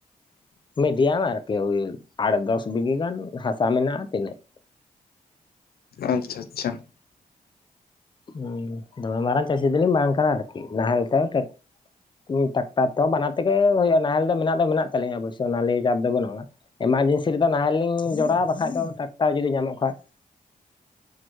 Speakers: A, on the left; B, on the left.
A: ᱢᱤᱰᱤᱭᱟᱢ ᱟᱨᱠᱤ ᱳᱭ ᱟᱴ ᱫᱚᱥ ᱵᱤᱜᱷᱟ ᱜᱟᱱ ᱦᱟᱥᱟ ᱢᱮᱱᱟᱜᱼᱟ, ᱛᱤᱱᱟᱹᱜ!
B: ᱟᱪᱪᱷᱟ ᱟᱪᱪᱷᱟ ᱾
A: ᱦᱩᱸ ᱫᱚᱢᱮ ᱢᱟᱨᱟᱝ ᱪᱟᱹᱥᱤ ᱫᱚᱞᱤᱧ ᱵᱟᱝ ᱠᱟᱱᱟ ᱟᱨᱠᱤ ᱱᱟᱦᱮᱞ ᱛᱮᱦᱚᱸ ᱩᱸ ᱴᱟᱠᱴᱟᱨ ᱛᱮᱦᱚᱸ ᱵᱟᱱᱟᱨ ᱛᱮᱜᱮ ᱦᱩᱭᱩᱜᱼᱟ ᱱᱟᱦᱮᱞ ᱫᱚ ᱢᱮᱱᱟᱜ ᱫᱚ ᱢᱮᱱᱟᱜ ᱛᱟᱞᱤᱧᱟ ᱚᱵᱚᱥ ᱚᱱᱟ ᱞᱤᱭᱮ ᱪᱟᱯ ᱫᱚ ᱵᱟᱹᱱᱩᱜᱼᱟ ᱾ ᱮᱢᱟᱨᱡᱮᱱᱥᱤ ᱨᱮᱫᱚ ᱱᱟᱦᱮᱞ ᱞᱤᱧ ᱡᱚᱲᱟᱣᱟ ᱵᱟᱠᱟᱡ ᱫᱚ ᱴᱟᱠᱴᱟᱨ ᱡᱩᱫᱤ ᱧᱟᱢᱚᱜ ᱠᱷᱟᱡ ᱾